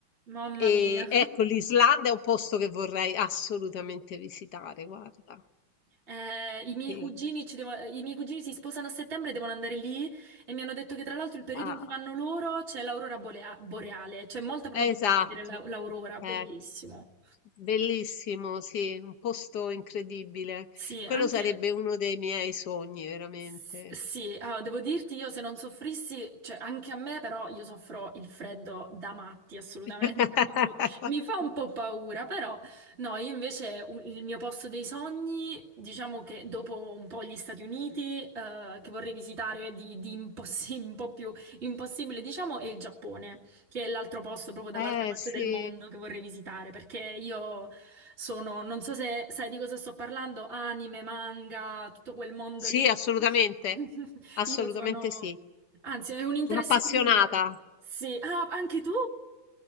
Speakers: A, on the right; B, on the left.
A: mamma
B: E
A: mia.
B: ecco, l'Islanda è un posto che vorrei assolutamente visitare, guarda.
A: Eh, i miei
B: che-
A: cugini ci devo- i miei cugini si sposano a settembre, e devono andare lì e mi hanno detto che tra l'altro il periodo
B: ah,
A: in cui vanno loro c'è l'aurora bolea- boreale, c'è molta probabilità
B: esatto.
A: di vedere la- l'aurora,
B: Eh,
A: bellissimo.
B: Bellissimo, sì, un posto incredibile.
A: Sì,
B: Quello
A: anche
B: sarebbe uno dei miei sogni, veramente.
A: S- Sì, allora, devo dirti io se non soffrissi, cioè anche a me però io soffro il freddo da matti assolutamente,
B: <laughs>
A: <laughs> quindi mi fa un po' paura, però no, io invece un- il mio posto dei sogni, diciamo che dopo un po' gli Stati Uniti, eh, che vorrei visitare di, di impossi- <laughs> un po' più impossibile, diciamo, è il Giappone che è l'altro posto proprio dall'altra
B: Eh,
A: parte
B: sì,
A: del mondo che vorrei visitare, perché io sono, non so se sai di cosa sto parlando, anime, manga, tutto quel mondo
B: sì,
A: lì.
B: assolutamente,
A: <laughs>
B: assolutamente
A: Io sono,
B: sì.
A: anzi, è un interesse
B: Un'appassionata.
A: comune. Sì, ah, anche tu.